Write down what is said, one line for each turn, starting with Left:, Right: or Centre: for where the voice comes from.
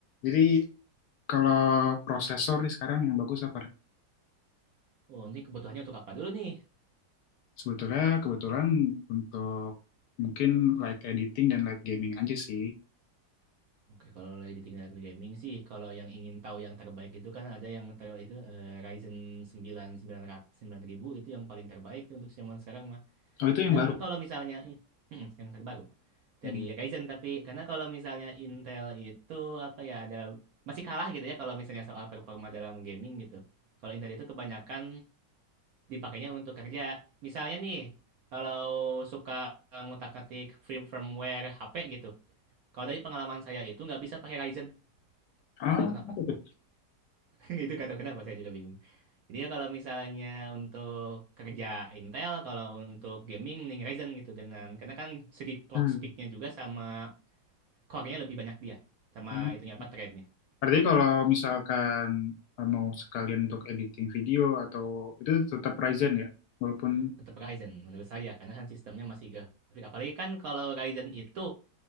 Left: Jadi kalau prosesor nih sekarang yang bagus apa?
Right: Oh, ini kebutuhannya untuk apa dulu nih?
Left: Sebetulnya kebetulan untuk mungkin light editing dan light gaming aja sih.
Right: Oke, kalau lagi di tingkat gaming sih, kalau yang ingin tahu yang terbaik itu kan ada yang ter itu eh, Ryzen sembilan sembilan ratus sembilan ribu itu yang paling terbaik tuh untuk zaman sekarang mah.
Left: Oh itu yang
Right: Nah,
Left: baru.
Right: kalau misalnya Hmm, yang terbaru
Left: Hmm.
Right: dari Ryzen tapi karena kalau misalnya Intel itu apa ya ada masih kalah gitu ya kalau misalnya soal performa dalam gaming gitu. Kalau Intel itu kebanyakan dipakainya untuk kerja. Misalnya nih, kalau suka ngutak-ngatik firmware HP gitu. Kalau dari pengalaman saya itu nggak bisa pakai Ryzen.
Left: Ah,
Right: Nggak tahu kenapa
Left: apa
Right: tuh.
Left: tuh?
Right: <laughs> Itu nggak tahu kenapa saya juga bingung. Jadi ya kalau misalnya untuk kerja Intel, kalau untuk gaming mending Ryzen gitu dengan karena kan segi clock
Left: Hmm.
Right: speed-nya juga sama core-nya lebih banyak dia, sama
Left: Hmm.
Right: itunya apa thread-nya.
Left: Berarti kalau misalkan eh, mau sekalian untuk editing video atau itu tetap Ryzen ya, walaupun
Right: Tetap Ryzen menurut saya karena kan sistemnya masih grafik. Apalagi kan kalau Ryzen itu